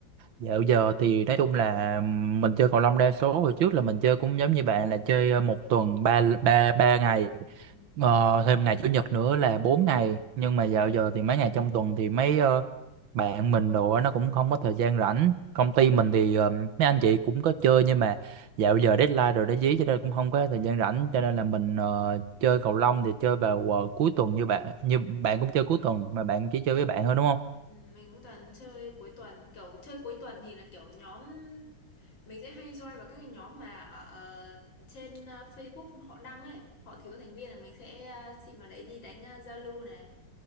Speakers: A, on the right; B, on the left.
A: dạo giờ thì nói chung là mình chơi cầu lông đa số hồi trước là mình chơi cũng giống như bạn là chơi ờ, một tuần ba ba ba ngày
B: Ừ.
A: ờ, thêm ngày chủ nhật nữa là bốn ngày nhưng mà dạo giờ thì mấy ngày trong tuần thì mấy ờ, bạn mình đồ á, nó cũng không có thời gian rảnh công ty mình thì ờ, mấy anh chị cũng có chơi nhưng mà dạo giờ deadline rồi đã dí cho nên cũng không có thời gian rảnh cho nên là mình ờ, chơi cầu lông thì chơi vào ờ, cuối tuần như bạn như bạn cũng chơi cuối tuần mà bạn chỉ chơi với bạn thôi đúng không
B: Ừ, Mình cũng toàn chơi cuối tuần kiểu chơi cuối tuần thì là kiểu nhóm mình sẽ hay join vào các cái nhóm mà ở ờ, trên ờ, Facebook họ đăng này họ thiếu thành viên là mình sẽ ờ, xin vào đấy đi đánh ờ, giao lưu này